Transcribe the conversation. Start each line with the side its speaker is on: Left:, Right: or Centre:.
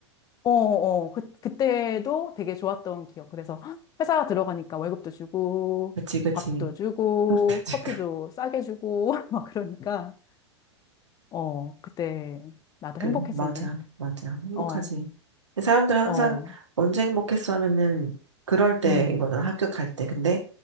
Left: 어, 어, 그, 그때도 되게 좋았던 기억. 그래서 회사 들어가니까 월급도 주고,
Right: 그치, 그치.
Left: 밥도 주고,
Right: <laughs> 지금.
Left: 커피도 싸게 주고, <laughs> 막 그러니까, 어, 그때 나도
Right: 그래,
Left: 행복했었네.
Right: 맞아, 맞아. 행복하지.
Left: 어,
Right: 근데 사람들은 항상
Left: 어,
Right: 언제 행복했어 하면은 그럴 때인
Left: 음.
Right: 거잖아, 합격할 때. 근데,